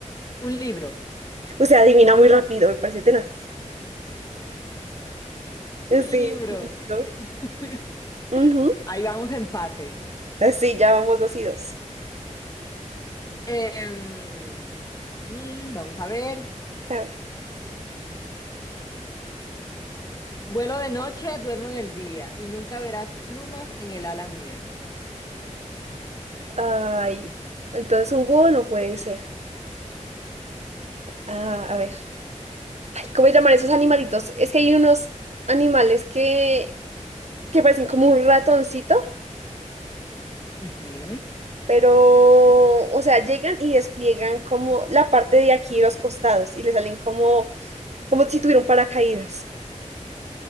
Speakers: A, on the left; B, on the right.
A: Un libro,
B: <laughs> O sea, adivina muy rápido, me parece tenaz.
A: un
B: Sí,
A: libro.
B: pero-
A: <laughs>
B: ujú.
A: Ahí vamos, empate.
B: Sí, ya vamos dos y dos.
A: Em, mm, vamos a ver.
B: A ver.
A: Vuelo de noche, duermo en el día y nunca verás plumas en el ala mía.
B: Ay, entonces un búho no puede ser. Ah, a ver. ¿Cómo se llaman esos animalitos? Es que hay unos animales que, que parecen como un ratoncito,
A: Ujú.
B: pero, o sea, llegan y despliegan como la parte de aquí de los costados y le salen como, como si tuvieran paracaídas.